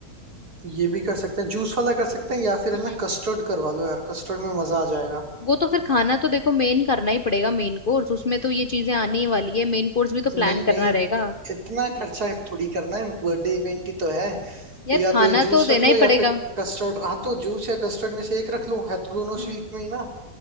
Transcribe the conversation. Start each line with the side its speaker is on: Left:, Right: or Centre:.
Right: ये भी कर सकते हैं जूस वाला कर सकते हैं या फिर है
Left: हम्म
Right: ना कस्टर्ड करवा लो यार कस्टर्ड में मजा आ जाएगा
Left: वो तो फिर खाना तो देखो मेन करना ही पड़ेगा मेन कोर्स उसमें तो ये चीजें आनी ही वाली है मेन कोर्स भी तो
Right: नहीं
Left: प्लान करना
Right: नहीं
Left: रहेगा
Right: इतना खर्चा थोड़ी करना है बर्थडे इवेंट ही तो है तो
Left: यार
Right: या
Left: खाना
Right: तो ये जूस
Left: तो
Right: रख
Left: देना
Right: लो
Left: ही
Right: या
Left: पड़ेगा
Right: फिर कस्टर्ड हाँ तो जूस या कस्टर्ड में से एक रख लो है तो दोनों
Left: हम्म
Right: स्वीट में ही ना